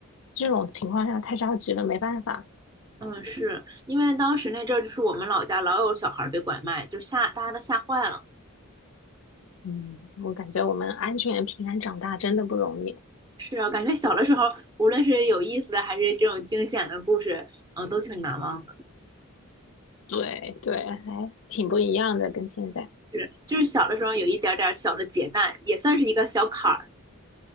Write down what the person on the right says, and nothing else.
嗯，是因为当时那阵儿就是我们老家老有小孩儿被拐卖，就吓大家都吓坏了。
是啊，感觉小的时候，无论是有意思的还是这种惊险的故事，嗯，都挺难忘的
是，就是小的时候有一点点小的劫难，也算是一个小坎儿。